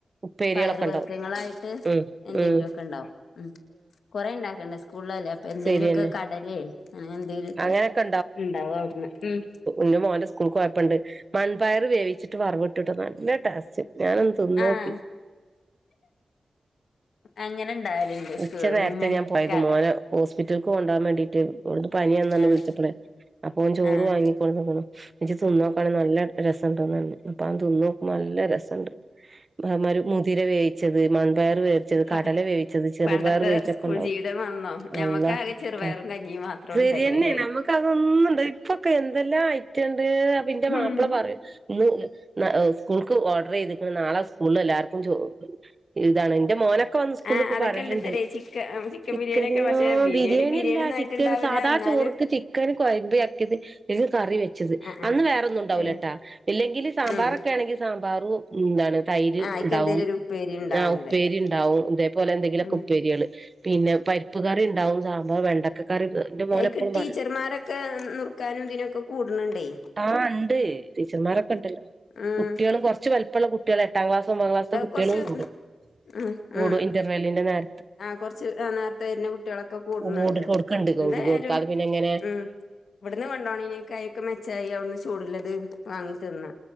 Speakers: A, on the right (about 40°); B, on the left (about 85°).
A: ഉപ്പേരികളൊക്കെ
B: പയർ വർഗ്ഗങ്ങളായിട്ട്
A: ഉണ്ടാവും ഉം
B: എന്തെങ്കിലും
A: ഉം
B: ഒക്കെ ഉണ്ടാവും ഉം കൊറെ ഇണ്ടാക കൂളല്ലേ അപ്പൊ എന്തെങ്കിലുമൊക്കെ
A: ശരിയന്നെ
B: കടലേ അങ്ങനെ എന്തെങ്കിലുമൊക്കെ
A: അങ്ങനെയൊക്കെ
B: ഉണ്ടാവടുന്ന് ഉം.
A: ന്ന് മോന്റെ സ്കൂൾക്കൊയ്പ്ണ്ട് വൻപയർ വേവിച്ചിട്ട് വറവ് ഇട്ടിട്ട് നല്ല ടേസ്റ്റ്. ഞാനന്ന് തിന്നോക്കി.
B: ആഹ് അങ്ങനെ ഉണ്ടാവലുണ്ട്
A: ഉച്ച
B: സ്കൂളില്
A: നേരത്തെ
B: പിന്നെ
A: ഞാൻ പോയത്
B: കട
A: മോനെ ഹോസ്പിറ്റല്ക്ക് കൊണ്ടോവാൻ വേണ്ടിട്ട് വിടെന്ന് പനിഅന്നുപറഞ്ഞ്
B: ആഹ്
A: വിളിച്ച അപ്പൊ ഓൻ ചോറ്
B: ആഹ്
A: വാങ്ങി <unintelligible> നല്ല രസം തിന്നോക്കുമ്പ നല്ല രസണ്ട്. മ മുതിര വേവിച്ചത് വൻപയർ വേവിച്ചത്
B: ആഹ്
A: കടല വേവിച്ച ചെറുപയർ
B: പണ്ടത്തെ
A: വേവിച്ചക്കെണ്ടാവും
B: സ്കൂൾ ജീവിതം വന്നോ ഞമ്മക്ക്
A: അല്ലാഹ്
B: ആകെ ചെറുപയറും കഞ്ഞിയും മാത്രം
A: ശരിയന്നെ
B: ഉണ്ടായിന്നല്ലേ
A: ന ന്ന ഇപ്പൊക്കെ എന്തെല്ലാം ഐറ്റുണ്ട് അപ്പൊ എൻ്റെ മാപ്പിള
B: ഉം
A: പറയും <unintelligible> സ്കൂൾക്ക് ഓർഡർ ചെയ്തിക്കുന്ന നാളെ സ്കൂളിൽ എല്ലാർക്കും ഇതാണ് എന്റെ മോനൊക്കെ വന്ന് <unintelligible>
B: ആ അതൊക്കെ
A: പറയലുണ്ട്
B: ഉണ്ട് തരേ ചിക്ക ചിക്കൻ
A: ചിക്ക
B: ബിരിയാണി ഒക്കെ പക്ഷെ ബിരിയാണി
A: ബിരിയാണില്ല
B: ബിരിയാണി ഒന്നും ആയിട്ടുണ്ടാവില്ല
A: ചിക്കൻ സാധാ
B: എന്നാലും
A: ചോർ ചിക്കന് കൊഴമ്പ ആക്കിയത് കറി വെച്ചത്
B: ആ ആ
A: അന്ന് വേറ ഒന്നും ഉണ്ടാവില്ലട്ടാ
B: ഏ
A: ഇല്ലെങ്കിൽ സ മ്പാറൊക്കെ
B: ഉം
A: ആണെങ്കിൽ സാമ്പാറും എന്താണ് തൈര്
B: ആ അയിക്ക്
A: ഉണ്ടാവും
B: എന്തേലും ഒരു ഉപ്പേരി ഉണ്ടാവണുണ്ട്
A: ആ ഉപ്പേരി ണ്ടാവും അതുപോലെ എന്തെങ്കിലും
B: ഉം
A: ഉപ്പേരികള് പിന്നെ പരിപ്പ്കറിണ്ടാവും സാമ്പാർ വെണ്ടക്ക കറി എന്റെ മോന്
B: എക്ക്
A: എപ്പോഴും
B: ടീച്ചർമാരൊക്കെ
A: പറയും
B: നുറുക്കാനും ഇതിനൊക്കെ കൂടുന്നുണ്ടേ.
A: ആ ണ്ട് ടീച്ചർമാരൊക്കെ ഉണ്ടല്ലോ
B: ഉം
A: കുട്ടികളും കുറച്ച് വലിപ്പോള്ള കുട്ടികള എട്ടാം ക്ലാസ് ഒമ്പത് ക്ലാസ്സിലെ കുട്ടികളും
B: കൊറച്ച്
A: കൂടും
B: ഉം
A: കൂടും
B: ഉം
A: ഇന്റർവെലിന്റെ നേര
B: ആ കൊറച്ച് നേരത്തെ വരുന്ന കുട്ടികളൊക്കെ കൂടുന്നുണ്ട്.
A: കൂടു കൊടുക്കണ്ട് കൂടു
B: എന്തായാലും
A: കൊടുക്കാതെ പിന്നെ എങ്ങനെ
B: ഉം ഇവിടന്ന് കൊണ്ട്പോണേനെകായി ക്കെ മെച്ചവായി <unintelligible> ചൂടുള്ളത് വാങ്ങി തിന്ന